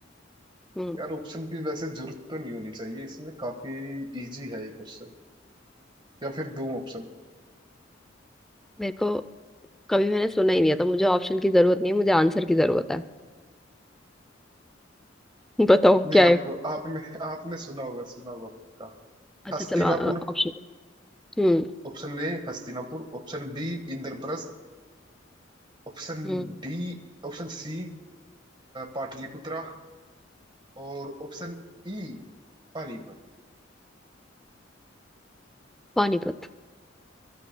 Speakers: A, in the centre; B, on the right.
A: हम्म
B: यार ऑप्शन की वैसे जरूरत तो नहीं होनी चाहिए इसमें काफी इजी है ये क्वेश्चन या फिर दो ऑप्शन
A: मेरे को कभी मैंने सुना ही नहीं है तो मुझे ऑप्शन की जरूरत नहीं है मुझे आंसर की जरूरत है <laughs> बताओ
B: नहीं
A: क्या है
B: आपको आपने आपने सुना होगा सुना होगा पक्का
A: अच्छा
B: Hastinapur
A: चलो ऑप्शन हम्म
B: Option A Hastinapur option B Indraprastha option
A: हम्म
B: D option C Pataliputra और ऑप्शन ई पानीपत
A: पानीपत